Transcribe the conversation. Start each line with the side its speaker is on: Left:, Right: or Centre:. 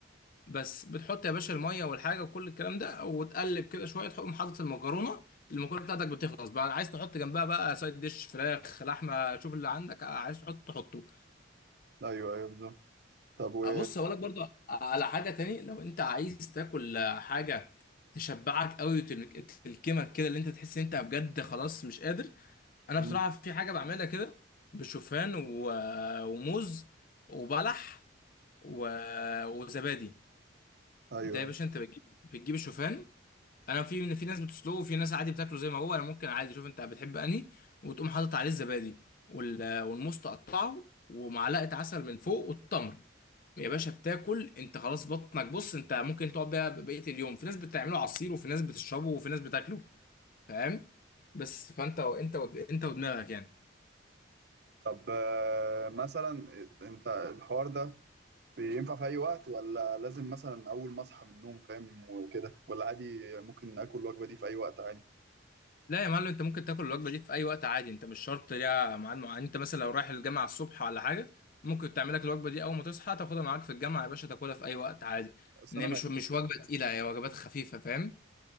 Left: بس بتحط يا باشا الميه والحاجه وكل الكلام ده وتقلب كده شويه تقوم حاطط المكرونه المكرونه بتاعتك بتخلص بقى عايز تحط جنبها بقى سايد ديش فراخ لحمه شوف اللي عندك عايز تحط تحطه
Right: ايوه ايوه بالظبط طب و
Left: ابص اقول لك برضو على حاجه تاني لو انت عايز تاكل حاجه تشبعك قوي وتلكمك كده اللي انت تحس ان انت بجد خلاص مش قادر انا
Right: أمم،
Left: بصراحه في حاجه بعملها كده بالشوفان و... وموز وبلح و... وزبادي
Right: ايوه
Left: ده يا
Right: ايوه
Left: باشا انت بتجيب بتجيب الشوفان انا في في ناس بتسلقه وفي ناس عادي بتاكله زي ما هو انا ممكن عادي شوف انت بتحب انهي وتقوم حاطط عليه الزبادي وال- والموز تقطعه ومعلقه عسل من فوق والتمر يا باشا بتاكل انت خلاص بطنك بص انت ممكن تقعد بيها بقيه اليوم في ناس بتعمله عصير وفي ناس بتشربه وفي ناس بتاكله فاهم بس فانت انت انت ودماغك يعني
Right: طب آه، مثلا إيه، انت الحوار ده بينفع في اي وقت ولا لازم مثلا اول ما اصحى من النوم فاهم وكده ولا عادي ممكن اكل الوجبه دي في اي وقت عادي
Left: لا يا معلم انت ممكن تاكل الوجبه دي في اي وقت عادي انت مش شرط ليها ميعاد معين انت مثلا لو رايح الجامعه الصبح ولا حاجه ممكن تعمل لك الوجبه دي اول ما تصحى تاخدها معاك في الجامعه يا باشا تاكلها في اي وقت عادي
Right: اصل
Left: ان
Right: انا
Left: هي مش
Right: معدتي
Left: مش وجبه تقيله هي وجبات خفيفه فاهم